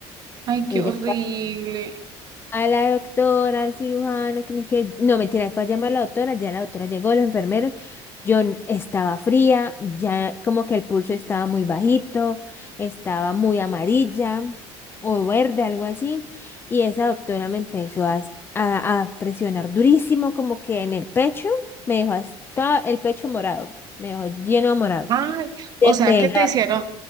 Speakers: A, on the right; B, on the left.
A: Ay, qué
B: Ella
A: horrible.
B: a la doctora, al cirujano, que no es que, no, mentira, fue a llamar a la doctora, ya la doctora llegó, los enfermeros, yo n- estaba fría, ya como que el pulso estaba muy bajito, estaba muy amarilla o verde, algo así, y esa doctora me empezó a, s- a- a presionar durísimo, como que en el pecho, me dejó hasta el pecho morado, me dejó lleno de morados,
A: Ay,
B: de
A: o sea
B: pegarme
A: que te hicieron,